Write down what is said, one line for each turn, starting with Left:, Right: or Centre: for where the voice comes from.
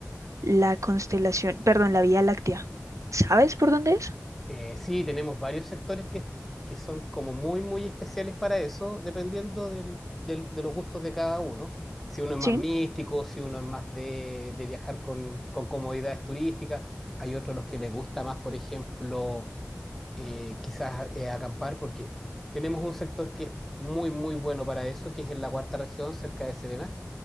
Right: la constelación, perdón, la Vía Láctea. ¿Sabes por dónde es?
Centre: Eh, sí, tenemos varios sectores que, que son como muy, muy especiales para eso, dependiendo del- del- de los gustos de cada uno. Si uno es más
Right: Sí,
Centre: místico, si uno es más de, de viajar con, con comodidades turísticas, hay otros los que les gusta más, por ejemplo, eh, quizás eh, acampar, porque tenemos un sector que es muy, muy bueno para eso, que es en la cuarta región, cerca de Serena